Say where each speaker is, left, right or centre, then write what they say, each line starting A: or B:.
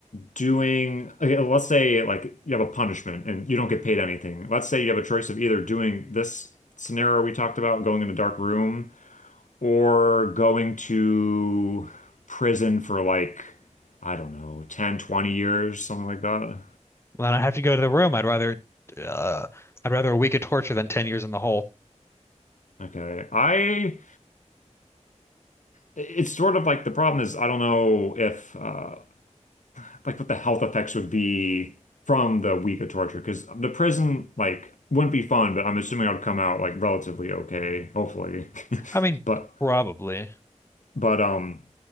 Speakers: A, on the left; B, on the left.
A: doing, okay, let's say like you have a punishment and you don't get paid anything. Let's say you have a choice of either doing this scenario we talked about, going in a dark room or going to prison for like, I don't know, 10, 20 years, something like that.
B: Well, I have to go to the room, I'd rather uh, I'd rather a week of torture than ten years in the hole.
A: Okay. I, it's sort of like the problem is I don't know if, uh, like what the health effects would be from the week of torture, because the prison, like, wouldn't be fun, but I'm assuming I would come out like relatively okay, hopefully. <laughs>
B: I mean,
A: But,
B: probably.
A: but, um,